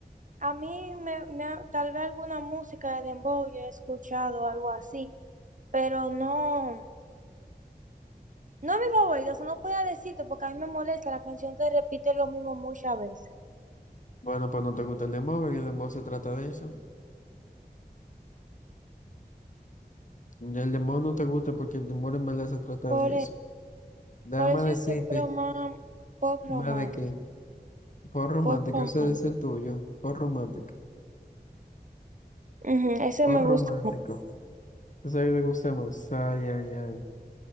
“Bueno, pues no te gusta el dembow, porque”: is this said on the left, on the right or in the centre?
Left